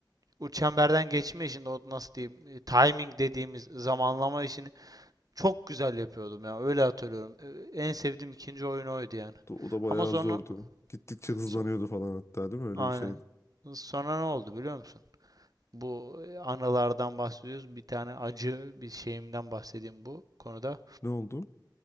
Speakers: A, on the right; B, on the left.
A: o çemberden geçme işinde o nasıl diyeyim e, timing dediğimiz zamanlama işinde çok güzel yapıyordum ya. Öyle hatırlıyorum. Ee, En sevdiğim ikinci oyun oydu yani.
B: Do- O da bayağı
A: Ama sonra
B: zordu. Gittikçe hızlanıyordu
A: so-
B: falan hatta değil mi? Öyle
A: aynen.
B: bir şeydi.
A: Sonra ne oldu biliyor musun? Bu e, anılardan bahsediyoruz. Bir tane acı bir şeyimden bahsedeyim bu konuda.
B: Ne oldu?